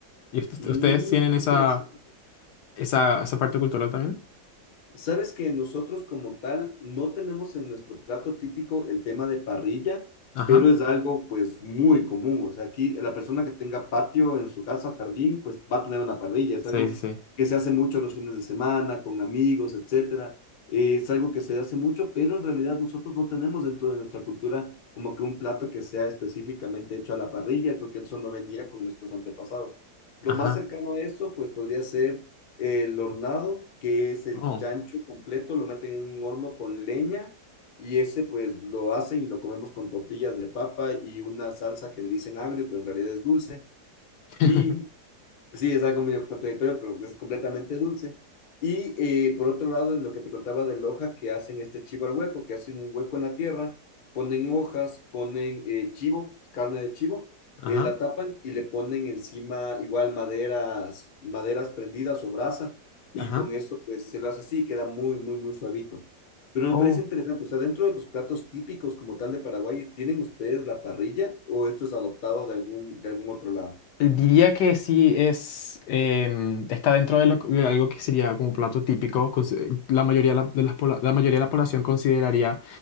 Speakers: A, on the left; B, on the left.
A: ¿Y ust-
B: Mm,
A: ustedes tienen
B: qué
A: esa,
B: interesante.
A: esa, esa parte cultural también?
B: Sabes que nosotros como tal no tenemos en nuestro plato típico el tema de parrilla,
A: Ajá.
B: pero es algo pues muy común. O sea, aquí la persona que tenga patio en su casa, jardín, pues va a tener una parrilla. Es
A: Sí,
B: algo
A: sí, sí.
B: que se hace mucho los fines de semana, con amigos, etcétera. Eh, es algo que se hace mucho, pero en realidad nosotros no tenemos dentro de nuestra cultura como que un plato que sea específicamente hecho a la parrilla. Creo que eso no venía con nuestros antepasados. Lo
A: Ajá.
B: más cercano a eso pues podría ser el hornado, que es el
A: Oh.
B: chancho completo, lo meten en un horno con leña y ese pues lo hacen y lo comemos con tortillas de papa y una salsa que le dicen agrio, pero en realidad es dulce.
A: <laughs>
B: Y Sí, es algo medio contradictorio, pero es completamente dulce. Y eh, por otro lado, en lo que te contaba de hoja que hacen este chivo al hueco, que hacen un hueco en la tierra, ponen hojas, ponen eh, chivo, carne de chivo,
A: Ajá.
B: eh, la tapan y le ponen encima igual maderas, maderas prendidas o brasa, y
A: Ajá.
B: con eso pues se lo hace así, queda muy, muy, muy suavito. Pero
A: Oh,
B: me parece interesante, o sea, dentro de los platos típicos como tal de Paraguay, ¿tienen ustedes la parrilla o esto es adoptado de algún, de algún otro lado?
A: eh, diría que sí es, em, está dentro de, lo- de algo que sería como plato típico. consi- La mayoría de la, de las pobla- la mayoría de la población consideraría